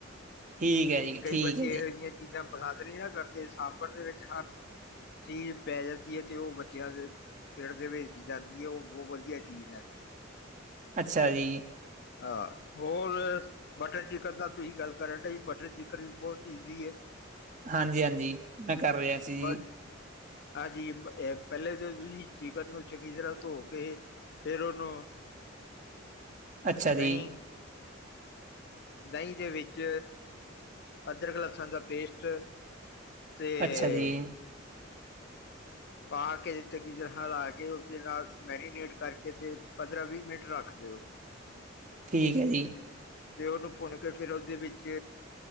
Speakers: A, on the right; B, on the left.
A: ਠੀਕ
B: ਤੇ
A: ਹੈ ਜੀ
B: ਕਈ
A: ਠੀਕ
B: ਬੱਚੇ
A: ਹੈ ਜੀ
B: ਇਹੋ ਜੀਆ ਚੀ ਚੀਜਾਂ ਪਸੰਦ ਨੀ ਨਾ ਕਰਦੇ, ਸਾਂਬਰ ਦੇ ਵਿੱਚ ਹਰ ਚੀਜ਼ ਪੈ ਜਾਂਦੀ ਹੈ ਤੇ ਉਹ ਬੱਚਿਆਂ ਦੇ ਪੇਟ ਦੇ ਵਿੱਚ ਜਾਂਦੀ ਹੈ। ਉਹ ਬਹੁਤ ਵਧੀਆ ਵਧੀਆ ਚੀਜ਼ ਰਹਿੰਦੀ ਹੈ।
A: ਅੱਛਾ ਜੀ।
B: ਹਾਂ, ਹੋਰ ਬਟਰ-ਚਿਕਨ ਦਾ ਤੁਸੀਂ ਗੱਲ ਕਰਨਡੇ ਸੀ। ਬਟਰ ਚਿਕਨ ਵੀ ਬਹੁਤ ਈਜ਼ੀ ਹੈ।
A: ਹਾਂਜੀ-ਹਾਂਜੀ। ਮੈਂ ਕਰ ਰਿਹਾ ਸੀ ਜੀ।
B: ਬਟ ਹਾਂਜੀ, ਬ ਏ ਪਹਿਲੇ ਤੇ ਤੁਸੀਂ ਚਿਕਨ ਨੂੰ ਚੰਗੀ ਤਰਾਂ ਧੋ ਕੇ ਫੇਰ ਉਹਨੂੰ
A: ਅੱਛਾ
B: ਦਹੀਂ
A: ਜੀ।
B: ਦਹੀਂ ਦੇ ਵਿੱਚ ਅਦਰਕ ਲੱਸਣ ਦਾ ਪੇਸਟ- ਤੇ-
A: ਅੱਛਾ ਜੀ
B: ਪਾ ਕੇ ਚੰਗੀ ਤਰ੍ਹਾਂ ਹਲਾ ਕੇ ਉਸਦੇ ਨਾਲ ਮੈਰੀਨੇਟ ਕਰਕੇ ਤੇ ਪੰਦਰਾਂ ਵੀਹ ਮਿੰਟ ਰੱਖ ਦਿਓ।
A: ਠੀਕ ਐ ਜੀ।
B: ਤੇ ਉਹਨੂੰ ਭੁੰਨ ਕੇ ਫ਼ੇਰ ਉਹਦੇ ਵਿੱਚ